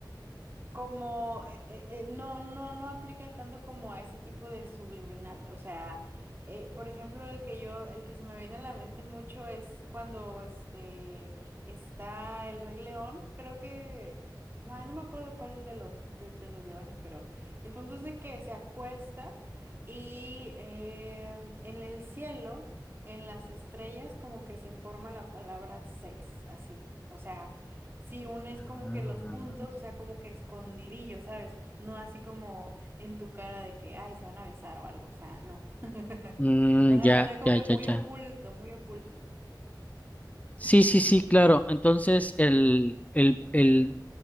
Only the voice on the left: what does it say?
Ah.
Mm,
ya,
ya,
ya,
ya.
Sí, sí, sí, claro. Entonces, el, el, el